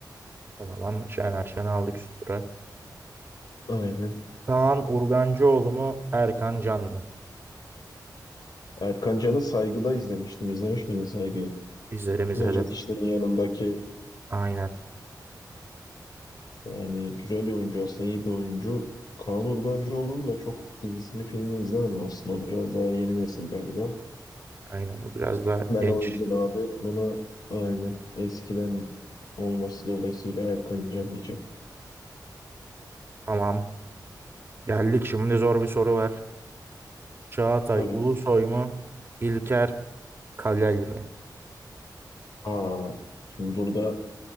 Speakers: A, on the right; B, on the left.
A: O zaman Şener Şen'i aldık üst tura.
B: Aynen.
A: Kaan Urgancıoğlu mu Erkan Can mı?
B: Erkan Can'ı Saygı'da izlemiştim. İzlemiş miydin Saygı'yı?
A: İzledim izledim.
B: Nejat İşler'in yanındaki
A: Aynen.
B: Yani güzel bir oyuncu aslında iyi bir oyuncu. Kaan Urgancıoğlu'nun da çok dizisini filmini izlemedim aslında. O biraz daha yeni nesil galiba.
A: Aynen. Bu biraz da
B: Ben
A: genç.
B: o yüzden abi buna aynen eskiden olması dolayısıyla Erkan Can diyeceğim.
A: Tamam. Geldik şimdi zor bir soru var. Çağatay
B: Tabii.
A: Ulusoy mu? İlker Kaleli mi?
B: Aa, şimdi burada